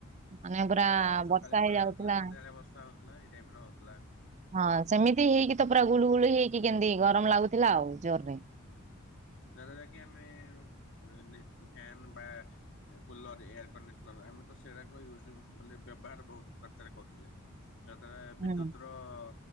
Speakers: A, on the right; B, on the left.
A: ମାନେ
B: ଖରା
A: ପୁରା
B: ସକାଳେ
A: ବର୍ଷା
B: ଖରା
A: ହେଇଯାଉଥିଲା।
B: ହଉଥିଲା ସନ୍ଧ୍ୟାବେଳେ ବର୍ଷା ହଉଥିଲା ଏଇ ଟାଇପ ର ହଉଥିଲା।
A: ହଁ ସେମିତି ହେଇକି ତ ପୁରା ଗୁଳୁ ଗୁଳି ହେଇକି କେମିତି ଗରମ ଲାଗୁଥିଲା ଆଉ ଜୋର ରେ
B: ଯାହାଦ୍ୱାରା କିି ଆମେ <unintelligible> ଫ୍ୟାନ ବା କୁଲର ଏୟାର କଣ୍ଡିସନର ଆମେ ତ ସେଗୁଡାକ ୟୁଜ ବୋଲେ ବ୍ୟବହାର ବହୁତ ମାତ୍ରାରେ କରୁଥିଲେ। ଯାହାଦ୍ୱାରା
A: ହୁଁ
B: ବିଦ୍ୟୁତ୍ ର ର